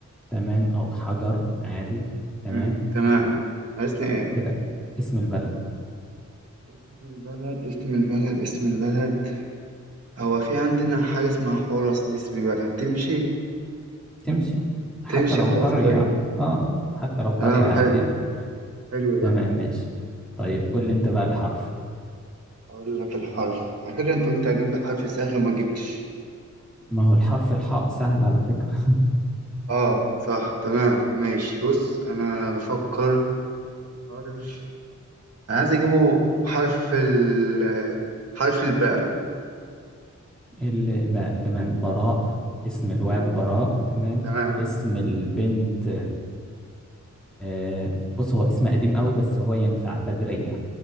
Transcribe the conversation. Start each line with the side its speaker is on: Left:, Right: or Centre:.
Centre: تمام او حجر عادي تمام
Right: مم، تمام ناقصنا ايه
Centre: كده اسم البلد
Right: اسم البلد اسم البلد اسم البلد هو في عندنا حاجة اسمها حورس دي اسم بلد تمشي
Centre: تمشي حتى
Right: تمشي
Centre: لو
Right: خلاص
Centre: قرية
Right: كويس
Centre: اه حتى لو قرية
Right: تمام
Centre: عادي
Right: حلو
Centre: يعني
Right: حلو
Centre: تمام
Right: ده
Centre: ماشي طيب قول لي انت بقى الحرف
Right: أقول لك الحرف على فكرة أنت قلت هتجيب لي حرف سهل وما جبتش
Centre: ما هو الحرف الحاء سهل على فكرة <laughs>
Right: آه صح تمام ماشي بص أنا بفكر في حرف أنا عايز أجيبه حرف ال حرف الباء
Centre: الباء تمام براء اسم الواد
Right: تمام
Centre: براء تمام
Right: تمام
Centre: اسم البنت آه، بص هو اسم قديم قوي بس هو ينفع بدرية